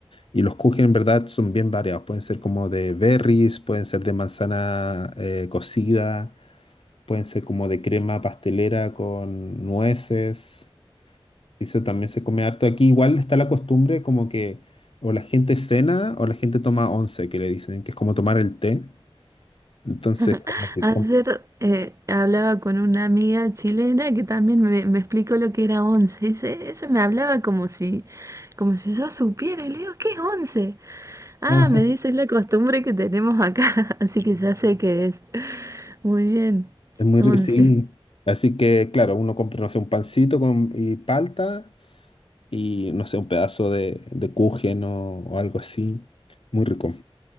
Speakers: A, on the left (about 70°); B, on the right (about 30°).
A: Y los kuchen en verdad son bien variados. Pueden ser como de berries, pueden ser de manzana eh, cocida, pueden ser como de crema pastelera con nueces. Eso también se come harto. Aquí igual está la costumbre como que o la gente cena o la gente toma once, que le dicen, que es como tomar el té. Entonces,
B: <laughs>
A: como que
B: Ayer eh, hablaba con una amiga chilena que también me, me explicó lo que era once. Y Ella, ella me hablaba como si, como si yo supiera. Y le digo, ¿qué es once? Ah,
A: Ah,
B: me dice,
A: <laughs>
B: es la costumbre que tenemos acá. <laughs> Así que ya sé qué es. Muy bien,
A: es muy
B: once.
A: rico, sí. Así que, claro, uno compra, no sé, un pancito con, y palta y, no sé, un pedazo de, de kuchen o o algo así. Muy rico.